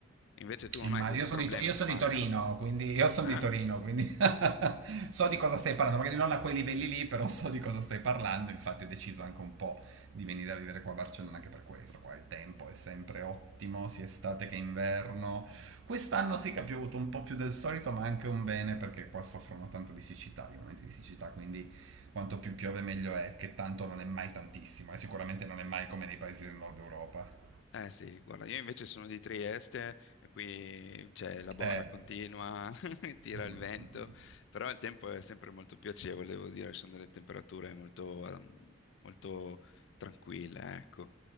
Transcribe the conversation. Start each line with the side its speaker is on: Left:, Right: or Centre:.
Left: Invece tu non
Right: Immagino,
Left: hai questi
Right: io
Left: problemi
Right: sono di, To- io
Left: in
Right: sono
Left: Spagna,
Right: di Torino,
Left: no?
Right: quindi io sono
Left: Ah,
Right: di Torino, quindi <laughs> so di cosa stai parlando, magari non a quei livelli lì, però so di cosa stai parlando, infatti ho deciso anche un po' di venire a vivere qua a Barcellona anche per questo, qua il tempo è sempre ottimo, sia estate che inverno. Quest'anno sì che ha piovuto un po' più del solito, ma anche un bene perché qua soffrono tanto di siccità, di momenti di siccità, quindi quanto più piove meglio è, che tanto non è mai tantissimo, e sicuramente non è mai come nei paesi del nord Europa.
Left: Eh sì, guarda, io invece sono di Trieste, e qui c'è la bora
Right: Eh
Left: continua,
Right: beh.
Left: <laughs> tira
Right: Mm.
Left: il vento, però il tempo è sempre molto piacevole, devo dire, sono delle temperature molto, ehm, molto tranquille, ecco.